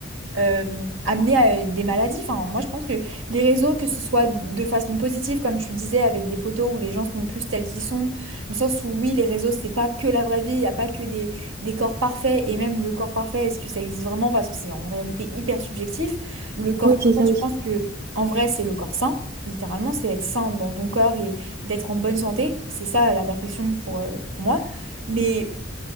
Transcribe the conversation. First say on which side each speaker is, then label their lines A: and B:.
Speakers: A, on the right; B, on the right.
A: euh, amener à euh, des maladies. Enfin, moi, je pense que les réseaux, que ce soit de façon positive, comme tu disais, avec des photos où les gens se montrent plus tels qu'ils sont, dans le sens où oui, les réseaux, c'est pas que la vraie vie, il n'y a pas que des, des corps parfaits, et même le corps parfait, est-ce que ça existe vraiment? Parce que c'est en réalité hyper subjectif. Le corps
B: Oui,
A: parfait,
B: c'est ça aussi.
A: je pense que en vrai, c'est le corps sain. Littéralement, c'est être sain dans ton corps et d'être en bonne santé. C'est ça la perfection pour, euh, pour moi. Mais